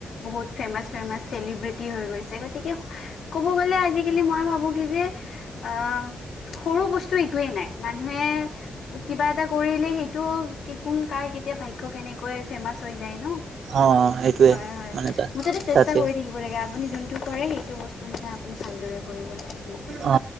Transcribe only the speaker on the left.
বহুত ফেমাচ, ফেমাচ চেলিব্ৰিটি হৈ গৈছে গতিকে ক'ব গ'লে আজিকালি মই ভাবো কি যে অ সৰু বস্তু একোৱেই নাই। মানুহে কিবা এটা কৰিলে সেই তো কোন, কাৰ, কেতিয়া ভাগ্য কেনেকৈ ফেমাচ হৈ যায় ন।
হয় হয়,
মুঠতে চেষ্টা
কৰি থাকিব লাগে আপুনি যোনটো কৰে সেইটো বস্তু মানে আপুনি ভালদৰে কৰিব লাগে সেইটোৱে